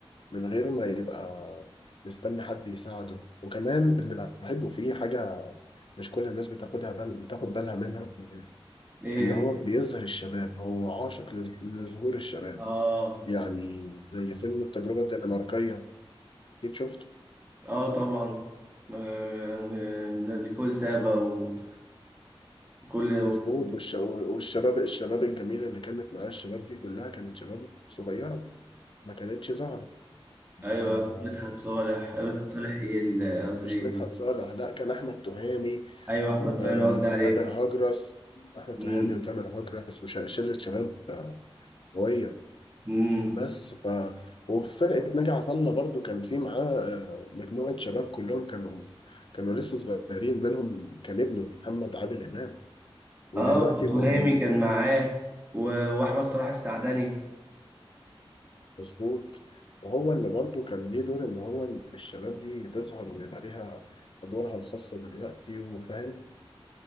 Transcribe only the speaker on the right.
ايه
هي
اه
اه طبعا آه، نيكول سابا و- وكل
ايوه
مدحت صالح أيوة، مدحت صالح ايه ال-
قصدي
ايوه
احمد فهمي قصدي عليه
امم
امم
اه وتهامي
كان معاه و- واحمد صلاح السعدني